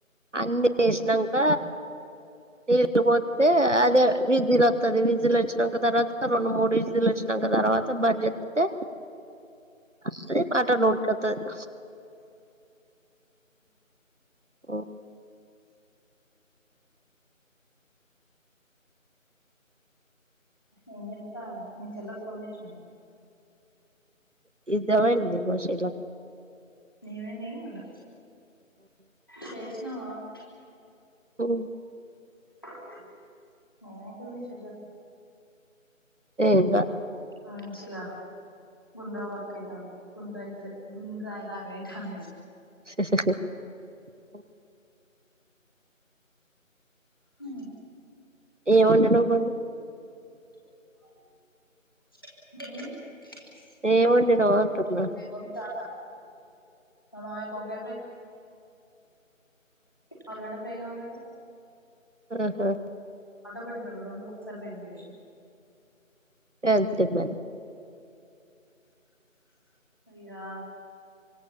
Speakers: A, on the right; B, on the left.
A: అన్ని ఏసినంక నీళ్ళు పోత్తే అదే విజిల్ ఒత్తది విజిల్ వచ్చినంక తర్వాత రెండు మూడు విజులు వచ్చినంక తర్వాత బంద్ చెత్తే అదే మటన్ ఉడకతది ఓ
B: ఏం చేతన్నావ్ మీ చెల్లికి ఫోన్ చేసినా
A: నిదపోయింది మా చెల్ల
B: నీవేందేం కాదు చేసినవానే
A: హు
B: <unintelligible>
A: ఏంద
B: మంచిగా <unintelligible>
A: స
B: హు
A: ఎం వొండినావ్ మరి
B: అ
A: ఏం వండినవ్ అంటున్నా
B: ఉ ఉంటా మా <unintelligible> అల గడ్డ ఫ్రై కావాలట
A: ఆహా
B: <unintelligible> రెండు ఒక్కసారి నీ చేసిన
A: అంతే మరి
B: అయ్యా